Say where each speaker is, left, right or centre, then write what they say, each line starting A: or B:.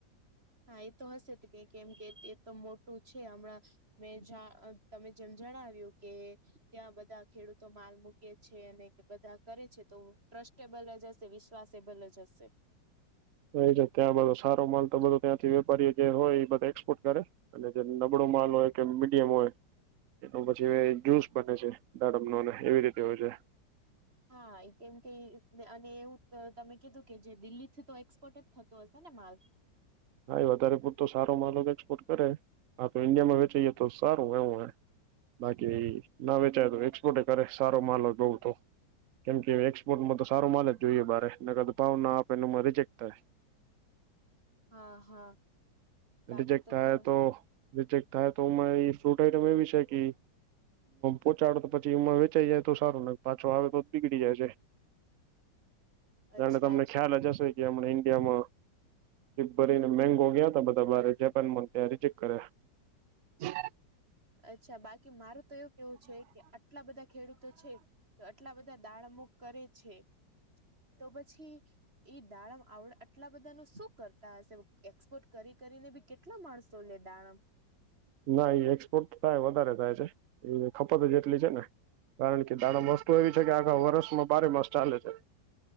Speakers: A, on the right (about 30°); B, on the right (about 80°).
A: હા, એ તો હશે કે, કેમ કે એ તો મોટું છે, હમણાં. મેં તમે જેમ જણાવ્યું કે, ત્યાં બધા ખેડૂતો માલ મુ છે. અને બધા કરે છે, તો ટ્રસ્ટેબલ જ હશે, વિશ્વાસેબલ જ હશે.
B: એ ત્યાં બધો સારો માલ તો બધો ત્યાંથી વેપારીઓ જે હોય, એ બધા એક્સપોર્ટ કરે. અને જે નબળો માલ હોય કે, મીડિયમ હોય. એનો પછી જ્યુસ બને છે, દાડમનો ને એવી રીતે હોય છે.
A: હા, એ કેમ કે, અને એવું તમે કીધું કે, જે દિલ્હી થી તો એક્સપોર્ટ જ થતો હશે ને માલ.
B: હા, એ વધારે પૂરતો સારો માલ એક્સપોર્ટ કરે આપ, તો ઇન્ડિયામાં વેચીએ, તો સારું, એવું હ. બાકી ના વેચાય તો એક્સપોર્ટ કરે, સારો માલ હો બઉ તો. કેમ કે, એક્સપોર્ટમાં તો સાર માલ જ જોઈએ, બરેને કું ભાવ ના આપે, એનેમાં રિજેક થાય.
A: હા, હા. બાકી
B: રિજેક્ટ થાય,
A: તમે
B: તો રિજેક્ટ થાય તોરી ફ્રૂટ આઈટમ એવી છે કે પોહોચાડે, તો પછી એમાં વેચાઈ જાય, તો સારુંને, પાછો આવે, તો જ બીગળડી જાય છે.
A: અચ્છા
B: ત તમને ખ્યાલ જ હશે કે, હમણા ઈન્ડિયામાં. ભરીને મેંગો ગયા તા, બધા બરે જપ, ત્યાં રિજેક કર્યા.
A: અચ્છા, બાકી મારું તો એવું કેવું છે કે, આટલા બધા ખેડૂતો છે. તો આટલા બધા દાળમુખ કરે છે, તો પછી ઈ દાડમ આવડે, આટલા બધા ન શું કરતા હશે? એક્સપોર્ટ કરી કરીને બી કેટ. કેટલા માણસો? લે દાડમ.
B: ના એ એક્સપોર્ટ થાય વધારે થાય છે, એ ખપત જેટલી છે ને. કારણ કે દાણા મસ્ત એવી છે કે, આખા વર્ષમાં બારેમાસ ચાલે છે.